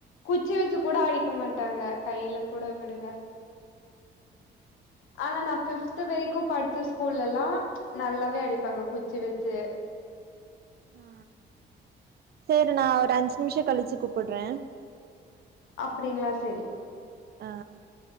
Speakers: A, on the left (about 90°); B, on the right (about 55°).
A: குச்சி வெச்சு கூட அடிக்க மாட்டாங்க கைல கூட விடுங்க ஆனா நா பிஃப்த்து வரைக்கு படு ச்ச ஸ்கூல்லெல்லாம் நல்லாவே அடிப்பாங்க குச்சி வெச்சு
B: ஆ சேரி நா ஒர் ப்ப அஞ்சு நிமிஷோ கழிச்சு கூப்புட்றே
A: அப்டிங்களா செரி
B: ஆ